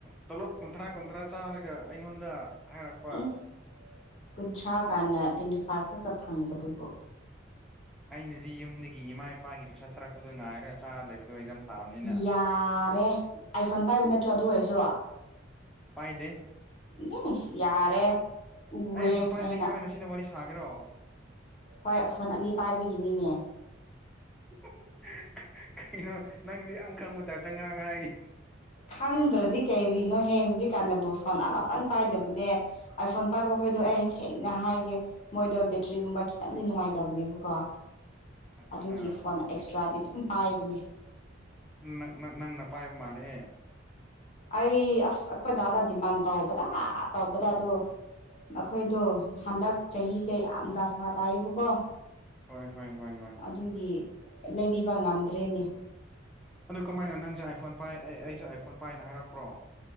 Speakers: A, in the centre; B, on the left (about 35°).
A: ꯇꯣꯂꯣꯞ ꯀꯨꯟꯊ꯭ꯔꯥ ꯀꯨꯟꯊ꯭ꯔꯥ ꯆꯥꯔꯒ ꯑꯩꯉꯣꯟꯗ ꯍꯥꯏꯔꯛꯄ
B: ꯎꯝ ꯀꯨꯟꯊ꯭ꯔꯥ ꯀꯥꯟꯅ ꯇ꯭ꯋꯦꯟꯇꯤ ꯐꯥꯏꯚ ꯈꯛꯇ ꯐꯪꯕꯗꯨꯕꯨ
A: ꯑꯩꯅꯗꯤ ꯌꯨꯝꯗꯒꯤ ꯏꯃꯥ ꯏꯄꯥꯒꯤ ꯄꯩꯁꯥ ꯊꯥꯔꯛꯄꯗꯣ ꯉꯥꯏꯔꯒ ꯆꯥꯔ ꯂꯩꯕꯗꯣ ꯑꯦꯛꯖꯥꯝ ꯊꯥꯕꯅꯤꯅ
B: ꯌꯥꯔꯦ ꯑꯥꯏꯐꯣꯟ ꯄꯥꯏꯕ ꯅꯠꯇ꯭ꯔꯣ ꯑꯗꯨ ꯑꯣꯏꯔꯁꯨ
A: ꯄꯥꯏꯗꯦ
B: ꯌꯦ ꯌꯥꯔꯦ ꯎꯑꯦ
A: ꯑꯩ ꯐꯣꯟ ꯄꯥꯏꯗ꯭ꯔꯗꯤ
B: ꯑꯩꯅ
A: ꯀꯃꯥꯏꯅ ꯁꯤꯗ ꯋꯥꯔꯤ ꯁꯥꯒꯦꯔꯣ
B: ꯍꯣꯏ ꯐꯣꯟ ꯑꯅꯤ ꯄꯥꯏꯕꯒꯤꯅꯤꯅꯦ
A: <unintelligible> ꯀꯩ ꯀꯩꯅꯣ ꯅꯪꯁꯦ ꯌꯥꯝ ꯈꯪꯕ ꯇꯥꯏꯄꯇ ꯉꯥꯡꯉꯛꯏ
B: ꯈꯪꯗ꯭ꯔꯗꯤ ꯀꯩꯔꯤꯅꯣꯍꯦ ꯍꯧꯖꯤꯛꯀꯥꯟꯗꯕꯨ ꯐꯣꯟ ꯑꯃꯇꯪ ꯄꯥꯏꯗꯕꯅꯦ ꯑꯥꯏꯐꯣꯟ ꯄꯥꯏꯕꯈꯣꯏꯗꯣ ꯑꯩ ꯁꯦꯡꯅ ꯍꯥꯏꯒꯦ ꯃꯣꯏꯗꯣ ꯕꯦꯇ꯭ꯔꯤꯒꯨꯝꯕ ꯈꯤꯇꯪꯗꯤ ꯅꯨꯡꯉꯥꯏꯇꯕꯅꯦꯕꯀꯣ
A: ꯑꯠꯆꯥ
B: ꯑꯗꯨꯒꯤ ꯐꯣꯟ ꯑꯦꯛꯁꯇ꯭ꯔꯥꯗꯤ ꯑꯗꯨꯝ ꯄꯥꯏꯕꯅꯦ
A: ꯅ-ꯅ-ꯅꯪꯅ ꯄꯥꯏꯕ ꯃꯥꯜꯂꯦꯍꯦ
B: ꯑꯩ ꯑꯁ ꯑꯩꯈꯣꯏ ꯗꯥꯗ ꯗꯤꯃꯥꯟ ꯇꯧꯕꯗ ꯇꯧꯕꯗ ꯑꯗꯣ ꯃꯈꯣꯏꯗꯣ ꯍꯟꯗꯛ ꯆꯍꯤꯁꯦ ꯌꯥꯝ ꯗꯥꯁꯥ ꯇꯥꯏꯌꯦꯕꯀꯣ
A: ꯍꯣꯏ ꯍꯣꯏ ꯍꯣꯏ ꯍꯣꯏ
B: ꯑꯗꯨꯒꯤ ꯂꯩꯕꯤꯕ ꯉꯝꯗ꯭ꯔꯦꯅꯦ
A: ꯑꯗꯨ ꯀꯃꯥꯏꯅ ꯅꯪꯁꯦ ꯑꯥꯏꯐꯣꯟ ꯄꯥꯏ ꯑꯩ-ꯑꯩꯁꯦ ꯑꯥꯏꯐꯣꯟ ꯄꯥꯏꯌꯦꯅ ꯍꯥꯏꯔꯛꯄ꯭ꯔꯣ